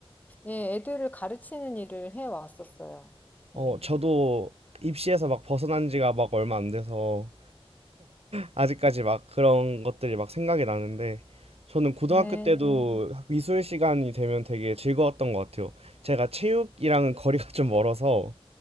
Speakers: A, on the left; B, on the right.
A: 예, 애들을 가르치는 일을 해왔었어요.
B: 어,
A: 예.
B: 저도 입시에서 막 벗어난 지가 막 얼마 안 돼서 아직까지 막 그런 것들이 막 생각이 나는데 저는 고등학교
A: 네.
B: 때도 미술 시간이 되면 되게 즐거웠던 것 같아요. 제가 체육이랑은 거리가 <laughs> 좀 멀어서